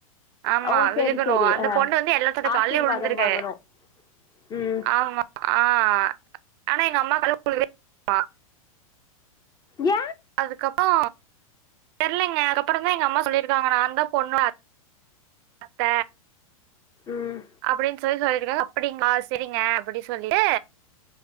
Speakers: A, on the right; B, on the left.
A: ஆமா
B: ஓ சரி
A: விழுகணு
B: சரி
A: அந்த
B: ஆ
A: பொண்ணு வந்து எல்லாத்தோட
B: ஆசீர்வாதம்
A: கால்லயு விழுந்திரு
B: வாங்கணு ம்
A: ஆமா ஆஹ் ஆனா எங்க அம்மா கால்ல <inaudible>
B: ஏ
A: அதுக்கப்புறோ தெர்லிங்க அதுக்கப்புறந்தா எங்க அம்மா சொல்லிருக்காங்க நான்தா பொண்ணோட அத்த
B: ம்
A: அப்டின் சொல்லி சொல்லி ருக்காங்க அப்படிங்ளா செரிங்க அப்டி சொல்லிட்டு